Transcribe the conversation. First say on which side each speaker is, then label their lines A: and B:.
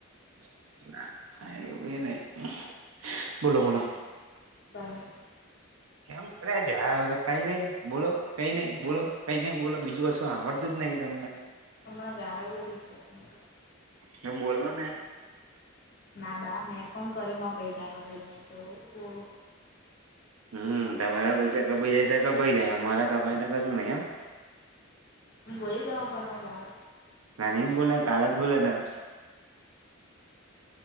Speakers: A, on the right (about 85°); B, on the left (about 50°).
A: <unintelligible> બોલો-બોલો.
B: કંઈ નહીં.
A: કેમ કરે જ્યારે હોય કંઈ નહીં, બોલો, કંઈ નહીં, બોલો, કંઈ નહીં, બોલો બીજું કશ શું આવડતું જ નહીં તમને.
B: હમણાં ગાળો બોલીશ પછી હાંભળો.
A: તો બોલો ને.
B: ના બા, મેં ફોન કર્યો, માર પૈસા કપાઈ જાય તો, તો.
A: હમ્મ. તમારા પૈસા કપાઈ જાય તા કપાઈ જાય, અમારા કપાઈ તા કશું નહી એમ.
B: હું બોલી તમારા ફોનમાં ગાળો?
A: ના નહીં <unintelligible> કાલે જ બોલ્યા તા.